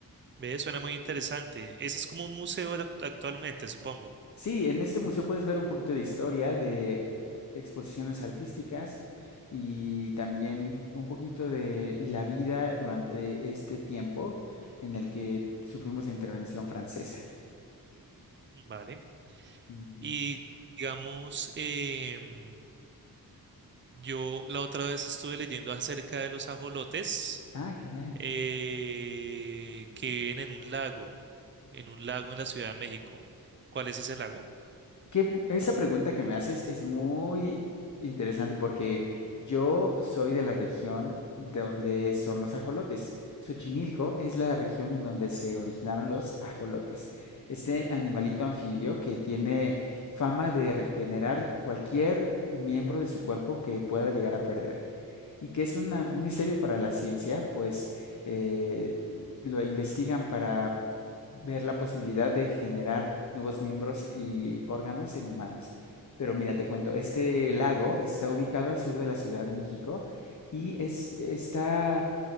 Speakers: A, on the right (about 30°); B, on the left (about 50°).
A: ve, suena muy interesante. Ese es como un museo ac- actualmente, supongo.
B: Sí, en este museo puedes ver un poquito de historia, de exposiciones artísticas y también un poquito de la vida durante este tiempo en el que sufrimos la intervención francesa.
A: Vale.
B: Ujú.
A: Y digamos, em, yo la otra vez estuve leyendo acerca de los ajolotes
B: Ah, genial.
A: eh, que viven en un lago, en un lago en la Ciudad de México. ¿Cuál es ese lago?
B: Qué bu- esa pregunta que me haces es muy interesante porque yo soy de la región de donde son los ajolotes. Xochimilco es la región en donde se originaron los ajolotes. Este animalito anfibio que tiene fama de regenerar cualquier eh, miembro de su cuerpo que pueda llegar a perder. Y que es una- un misterio para la ciencia, pues eh, lo investigan para ver la posibilidad de generar nuevos miembros y órganos en humanos. Pero mira, te cuento, este lago está ubicado al sur de la Ciudad de México y es, está